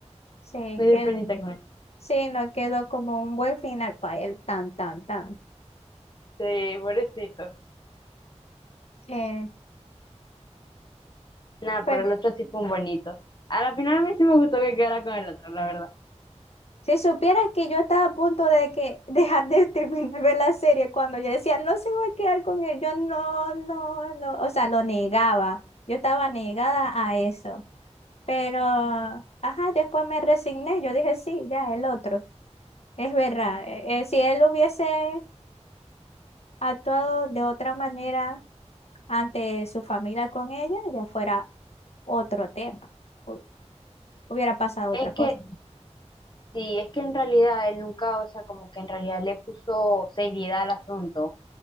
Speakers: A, on the left; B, on the left.
A: Sí,
B: me dio
A: quedó,
B: penita con él.
A: sí, no quedó como un buen final para él, tan, tan, tan.
B: Sí, pobrecito.
A: Eh,
B: Nada,
A: pues,
B: pero el otro sí fue un bonito. A la final a mí sí me gustó que quedara con el otro, la verdad.
A: si supieras que yo estaba a punto de que <laughs> dejar de terminar ver la serie cuando yo decía, no se va a quedar con él, yo no, no, no, o sea, lo negaba, yo estaba negada a eso, pero, ajá, después me resigné, yo dije, sí, ya, el otro, es verdad, eh, eh, si él hubiese ha actuado de otra manera ante su familia con ella, ya fuera otro tema, hu- hubiera pasado
B: Es
A: otra cosa.
B: que, sí, es que en realidad él nunca, o sea, como que en realidad le puso seriedad al asunto.